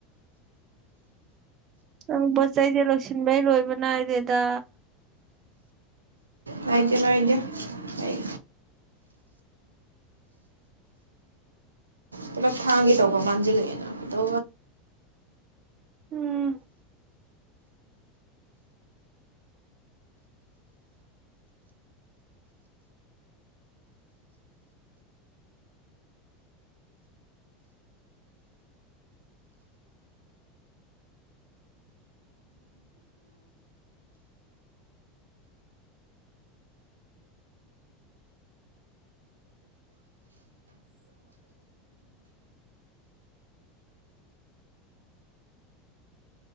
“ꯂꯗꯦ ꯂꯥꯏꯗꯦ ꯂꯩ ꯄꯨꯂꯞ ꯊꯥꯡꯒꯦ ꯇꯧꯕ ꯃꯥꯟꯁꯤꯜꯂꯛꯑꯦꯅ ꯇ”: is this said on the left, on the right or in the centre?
Right